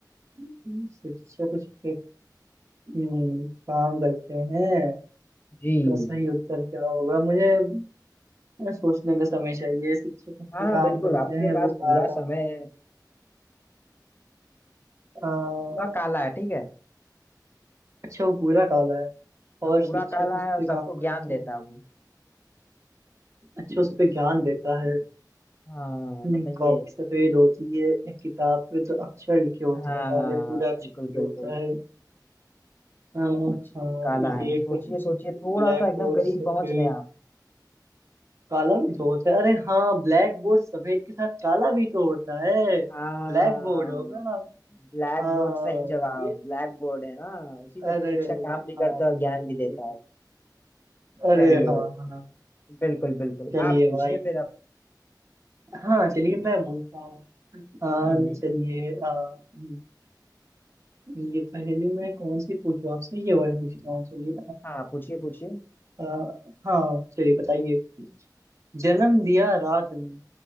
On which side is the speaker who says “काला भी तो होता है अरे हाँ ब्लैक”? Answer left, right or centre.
Right